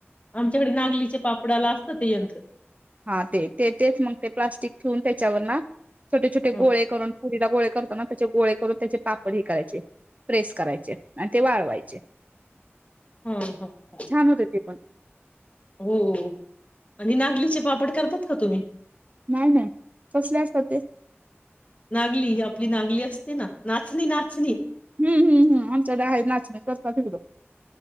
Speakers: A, on the left; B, on the right.
A: आमच्याकडे <unintelligible> च्या पापडाला असतं ते यंत्र
B: हा ते तेच मग ते प्लास्टिक ठेऊन त्याच्यावरन. छोटे छोटे
A: हं,
B: गोळे करून पुरीला गोळे करतो ना त्याचे गोळे करून त्याचे पापड हे करायचे प्रेस करायचे आणि ते वाळवायचे.
A: हं, हं, हं.
B: छान होते ते पण
A: हो हो म्हणजे नागंली चे पापड करतात का तुम्ही
B: नाय नाय कसले असतात. ते
A: नांगली आपली नांगली असते ना नाचणी नाचणी.
B: हम्म.